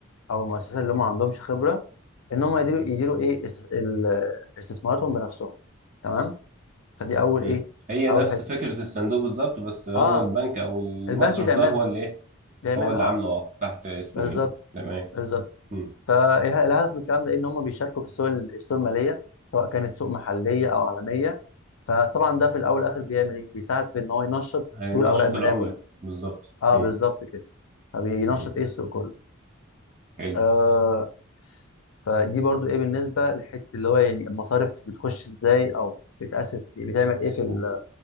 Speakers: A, on the left; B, on the right.
A: او المؤسسات اللي هم ما عندهمش خبره ان هم يديروا يديروا ايه است- ال- استثماراتهم بنفسهم تمام فدي اول
B: مم.
A: ايه
B: هي
A: اول
B: نفس
A: حته
B: فكرة الصندوق بالظبط بس هو
A: اه
B: البنك او المصرف
A: البنك بيعملها
B: ده هو اللي ايه
A: بيعملها
B: هو اللي
A: اه
B: عامله اه تحت اسمه
A: بالظبط
B: ايه تمام
A: بالظبط
B: مم.
A: فالهدف من الكلام ده ان هم بيشاركوا في السوق السوق الماليه سواء كانت سوق محليه او عالميه فطبعا ده في الاول والاخر بيعمل ايه بيساعد في ان هو ينشط
B: هينشط
A: سوق الاوراق الماليه
B: العملة
A: كله
B: بالظبط
A: اه
B: مم.
A: بالظبط كده فبينشط
B: مم.
A: ايه السوق كله
B: حلو
A: آه فدي برضو ايه بالنسبه لحته اللي هو يعني المصارف بتخش ازاي او بتاسس إيه، بتعمل ايه في ال-
B: في